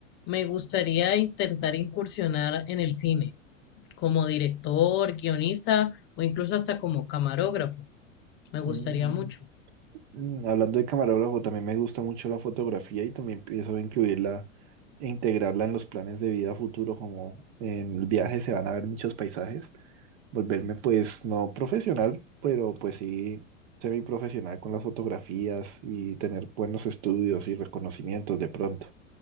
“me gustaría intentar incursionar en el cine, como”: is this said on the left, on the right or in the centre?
Left